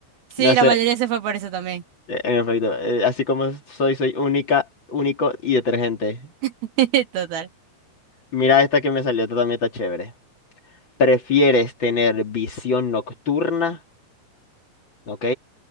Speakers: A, on the right; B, on the left.
A: Sí,
B: Me hace,
A: la mayoría se fue por eso también.
B: eh, en efecto, eh, así como soy, soy única, único y detergente.
A: <laughs> Total.
B: Mira esta que me salió, esta también está chévere. ¿Prefieres tener visión nocturna, ok?